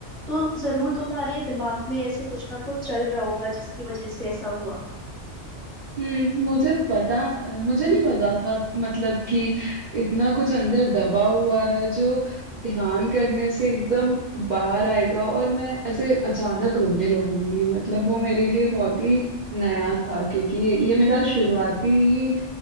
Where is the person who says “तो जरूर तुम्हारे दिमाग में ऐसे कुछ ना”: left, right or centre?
Centre